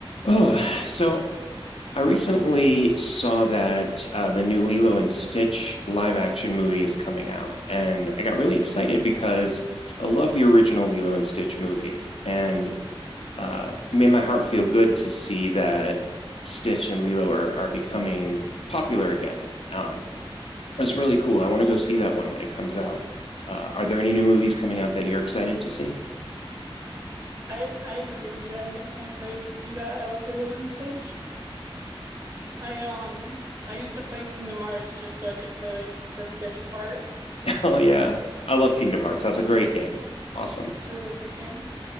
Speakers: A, on the left; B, on the right.
A: Oh, so I recently saw that uh, the new Lilo and Stitch live action movie is coming out, and I got really excited because I love the original Lilo and Stitch movie, and uh, it made my heart feel good to see that Stitch and Lilo are, are becoming popular again. Um, that's really cool. I want to go see that one when it comes out. Uh, are there any new movies coming out that you're excited to see?
B: I I agree with you. I'm definitely excited to see that. I love Lilo and Stitch. I um I used to play Kingdom Hearts just so I could play like the Stitch part.
A: <laughs> Oh, yeah. I love Kingdom Hearts. That's a great game. Awesome.
B: It's a really good game.